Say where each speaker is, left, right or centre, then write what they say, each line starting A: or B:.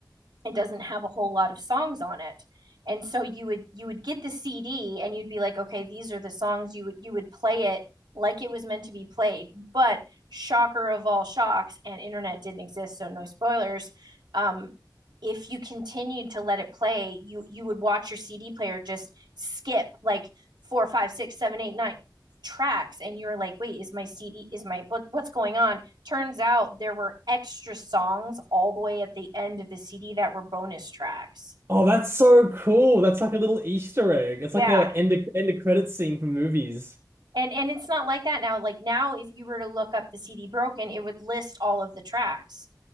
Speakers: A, on the right; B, on the right.
A: it doesn't have a whole lot of songs on it and so you would you would get the cd and you'd be like okay these are the songs you would you would play it like it was meant to be played but shocker of all shocks and internet didn't exist so no spoilers um if you continued to let it play you you would watch your cd player just skip like four five six seven eight nine tracks and you were like wait is my cd is my what what's going on turns out there were extra songs all the way at the end of the CD that were bonus tracks.
B: Oh, that's so cool. That's like a little Easter egg. It's
A: Yeah.
B: like a end of, end of credit scene for movies.
A: And and it's not like that now. Like now if you were to look up the CD broken, it would list all of the tracks.